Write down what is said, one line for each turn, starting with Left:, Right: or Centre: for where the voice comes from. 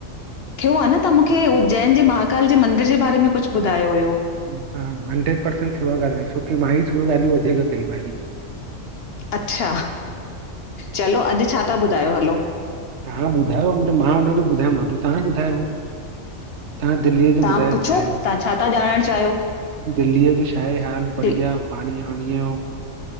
Left: थियो आ न त मुखे, उज्जैन जे महाकाल जे मंदिर जे बारे में कुछु ॿुधायो हुयो।
Right: हा, हंड्रेड परर्सेंट थियो आ ॻाल्हाइणु, छोकी मां ई थोरियूं ॻाल्हियूं वधीक कयूं आहिनि।
Left: अच्छा, चलो अॼु छा ता ॿुधायो, हलो।
Right: तहां ॿुधायो, त मां हुनॾीं ॿुधायोमांव, तव्हां ॿुधायो। हा, तां दिल्लीअ जो
Left: तव्हां
Right: ॿुधायो
Left: पुछो,
Right: छाए?
Left: तव्हां छा था ॼाणणु चाहियो?
Right: दिल्लीअ जो छा आहे हाल बढ़ीया
Left: दिल
Right: पाणी ॿाणीअ जो?